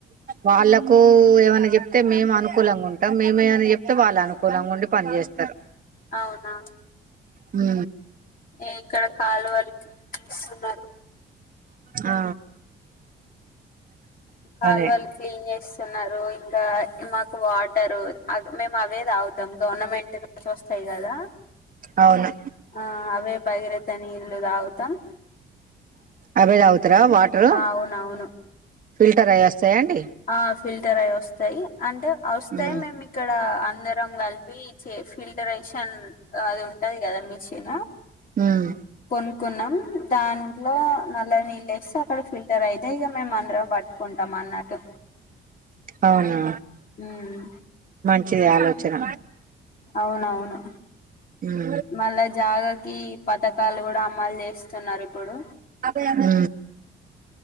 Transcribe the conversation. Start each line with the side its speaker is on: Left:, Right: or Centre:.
Right: వాళ్ళకు ఏమైనా చెప్తే మేము అనుకూలంగా ఉంటాం మేమేమనా చెప్తే వాళ్ళు అనుకూలంగా ఉండి పనిచేస్తరు
Left: అవునా
Right: ఉ
Left: ఏ ఇక్కడ కాలువలు <inaudible> ఇస్తున్నారు
Right: ఆ
Left: కాలువలు
Right: అదే
Left: క్లీన్ చేస్తున్నారు ఇన్ దా ఇ మాకు వాటరు అగ్ మేము అవే తాగుతాం గవర్నమెంట్ నుంచి వస్తాయి కదా
Right: అవును
Left: ఆ అవే బగిర తని ఇల్లుదా తం
Right: అవే గా త్ర వాటర్
Left: అవునవును
Right: ఫిల్టర్య చేయండి
Left: ఆ ఫిల్టర్ అయి వస్తయి అంటే వస్తాయి
Right: ఉమ్
Left: మేము ఇక్కడ అందరం కలిపి ఫిల్టరేషన్ అది ఉంటది కదా మిషిను
Right: హ్మ్
Left: అనుకున్నాం దాన్ లో నల్ నీల్ అక్కడ ఫిల్టర్ అయితే ఇగ మేం మందరం పట్టుకుంటాం అన్నట్టు
Right: అవునా
Left: హ్మ్
Right: మంచి ఆలోచన
Left: అవునవును
Right: ఉమ్
Left: మళ్ళా జాగకి పథకాలు కూడ అమ్మాలు జె ఇస్తున్నారు ఇప్పుడు
Right: హ్మ్